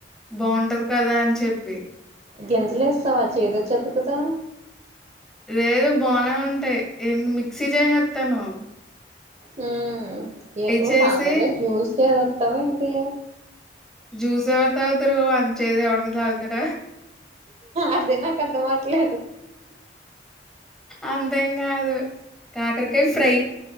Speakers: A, in the centre; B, on the right (about 35°).
A: బాగుంటది కదా అని చెప్పి
B: గింజల వేసేసావా చెందోచేతుంది కదా
A: లేదు బానే ఉంటాయి ఏంటి మిక్సీ చేసేస్తాను
B: హ్మ్ ఏ ఒక
A: చేసి
B: కాకరకాయ జ్యూస్ చేసేస్తావా ఏంటి
A: జ్యూస్ ఎవడ తాగుతారు అంత చేదు ఎవడన్నా తగుతాడ
B: అదే నాక అర్థం అవట్లేదు
A: అంతేం కాదు కాకరకాయ ఫ్రై